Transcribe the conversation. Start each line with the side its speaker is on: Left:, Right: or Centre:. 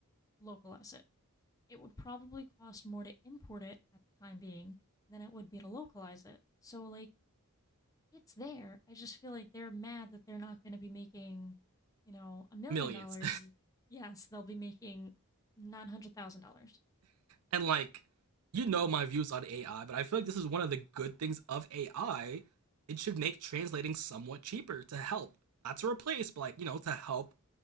Left: localize it it would probably cost more to import it at the time being than it would be to localize it so like it's there i just feel like they're mad that they're not going to be making you know a million
Right: <laughs>
Left: dollars
Right: millions.
Left: yes they'll be making $900000
Right: And like, you know my views on AI, but I feel like this is one of the good things of AI. It should make translating somewhat cheaper to help, not to replace, but like you know to help